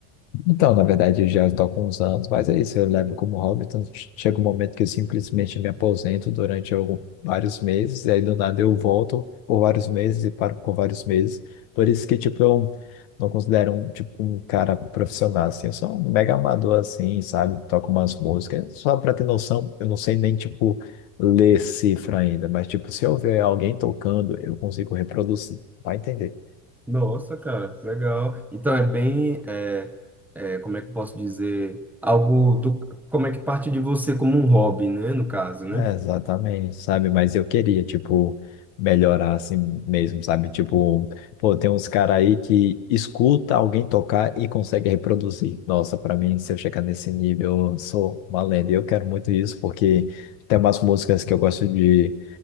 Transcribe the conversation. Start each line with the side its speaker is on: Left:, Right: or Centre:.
Left: Então, na verdade, eu já estou com uns anos, mas é isso, eu levo como hobby. Então, chega um momento que eu simplesmente me aposento durante algum, vários meses, e aí do nada eu volto por vários meses e paro por vários meses. Por isso que, tipo, eu não considero um, tipo, um cara profissional, assim, eu sou um mega amador, assim, sabe? Toco umas músicas, só pra ter noção, eu não sei nem, tipo, ler cifra ainda, mas, tipo, se eu ver alguém tocando, eu consigo reproduzir, vai entender.
Centre: Nossa, cara, legal. Então é bem, é, é, como é que eu posso dizer, algo do, como é que parte de você como um hobby, né, no caso, né?
Left: É, exatamente, sabe? Mas eu queria, tipo, melhorar assim mesmo, sabe? Tipo, pô, tem uns caras aí que escuta alguém tocar e consegue reproduzir. Nossa, pra mim, se eu chegar nesse nível, eu sou uma lenda. E eu quero muito isso, porque tem umas músicas que eu gosto de.